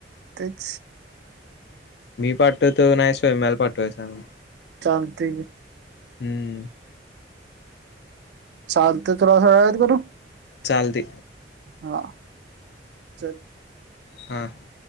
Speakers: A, on the right; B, on the left.
A: तेच
B: मी पठ तो नाही स्वयमाला पाठवाय सांग
A: चालते
B: हम्म
A: सल ते तुलासात करू
B: चालते
A: हा ते
B: हां